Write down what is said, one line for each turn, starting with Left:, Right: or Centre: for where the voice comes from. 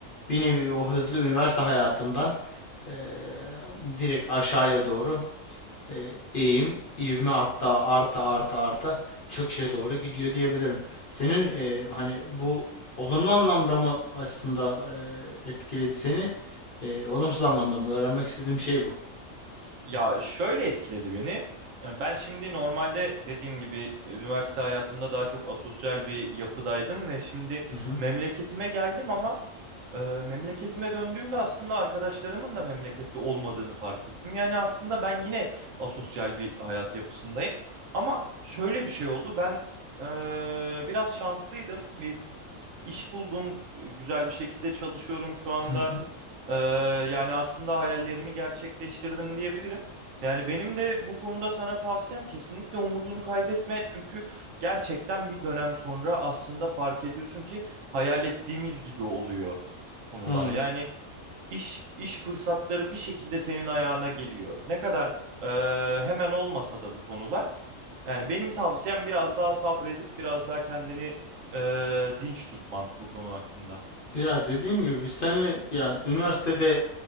Left: bir nevi o hızlı üniversite hayatından eee, direkt aşağıya doğru eee, eğim, ivme hatta arta arta arta çöküşe doğru gidiyor diyebilirim. Senin eee, hani bu olumlu anlamda mı aslında eee, etkiledi seni? Eee, olumsuz anlamda mı? Öğrenmek istediğim şey bu.
Right: Ya şöyle etkiledi beni. E, Ben şimdi normalde dediğim gibi e, üniversite hayatımda daha çok asosyal bir yapıdaydım ve şimdi
Left: Hı hı.
Right: memleketime geldim ama e, memleketime döndüğümde aslında arkadaşlarımın da memlekette olmadığını fark ettim. Yani aslında ben yine asosyal bir hayat yapısındayım. Ama şöyle bir şey oldu. Ben e, biraz şanslıydım. Bir iş buldum. Güzel bir şekilde çalışıyorum şu anda.
Left: Hı hı.
Right: Ee, yani aslında hayallerimi gerçekleştirdim diyebilirim. Yani benim de bu konuda sana tavsiyem kesinlikle umudunu kaybetme. Çünkü gerçekten bir dönem sonra aslında fark ediyorsun ki hayal ettiğimiz gibi oluyor konular.
Left: Anladım.
Right: Yani iş iş fırsatları bir şekilde senin ayağına geliyor. Ne kadar e, hemen olmasa da bu konular. Yani benim tavsiyem biraz daha sabredip biraz daha kendini e, dinç tutman bu konu hakkında.
Left: Ya dediğim gibi biz seninle ya üniversitede